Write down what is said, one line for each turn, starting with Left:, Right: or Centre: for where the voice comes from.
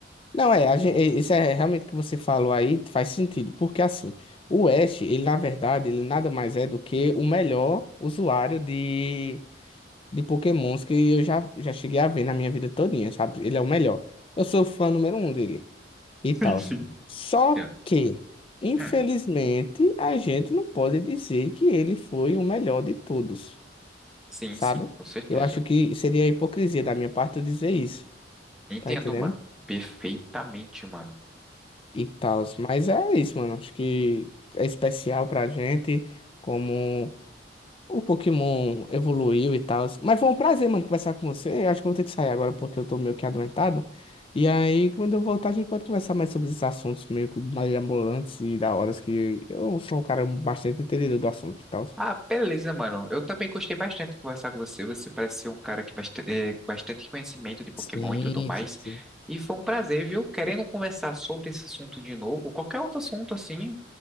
Left: Não, é, a gen- e- isso é realmente o que você falou aí, faz sentido, porque assim, o Ash, ele na verdade, ele nada mais é do que o melhor usuário de, de Pokémons que eu já, já cheguei a ver na minha vida todinha, sabe? Ele é o melhor. Eu sou fã número um dele. e
Centre: Sim,
Left: tal.
Centre: sim.
Left: Só
Centre: Entendo.
Left: que, infelizmente,
Centre: Hum,
Left: a gente não pode dizer que ele foi o melhor de todos,
Centre: sim,
Left: sabe?
Centre: sim, com certeza.
Left: Eu acho que seria hipocrisia da minha parte eu dizer isso,
Centre: Entendo,
Left: tá entendendo?
Centre: mano. Perfeitamente, mano.
Left: E tal. Mas é isso, mano. Acho que é especial pra gente, como. O Pokémon evoluiu e tal. Mas foi um prazer, mano, conversar com você. Eu acho que eu vou ter que sair agora porque eu tô meio que adoentado. E aí, quando eu voltar, a gente pode conversar mais sobre esses assuntos meio que mais ambulantes e da hora, que eu sou um cara bastante entendedor do assunto e tal.
Centre: Ah, beleza, mano. Eu também gostei bastante de conversar com você. Você parece ser um cara que bast eh, bastante conhecimento de Pokémon
Left: Sim,
Centre: e tudo mais.
Left: sim, sim.
Centre: E foi um prazer, viu? Querendo conversar sobre esse assunto de novo, qualquer outro assunto assim,